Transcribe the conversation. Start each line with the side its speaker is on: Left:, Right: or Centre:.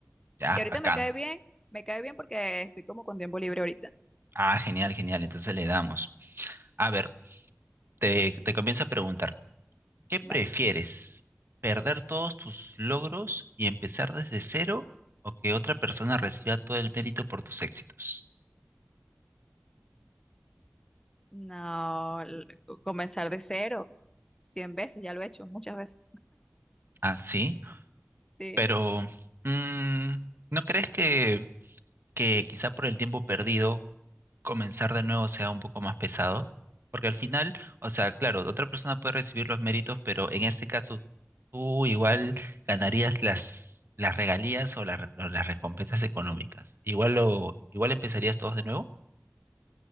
Right: Ya,
Left: Y ahorita
Right: bacán.
Left: me cae bien, me cae bien porque estoy como con tiempo libre ahorita.
Right: Ah, genial, genial, entonces le damos. A ver, te, te comienzo a preguntar. ¿Qué prefieres?
Left: Vale.
Right: ¿Perder todos tus logros y empezar desde cero o que otra persona reciba todo el mérito por tus éxitos?
Left: No, l- comenzar de cero, cien veces, ya lo he hecho, muchas veces.
Right: Ah, sí,
Left: Sí.
Right: pero mm, ¿no crees que, que quizá por el tiempo perdido comenzar de nuevo sea un poco más pesado? Porque al final, o sea, claro, otra persona puede recibir los méritos, pero en este caso tú igual ganarías las, las regalías o, la- o las recompensas económicas. Igual lo, igual empezarías todos de nuevo.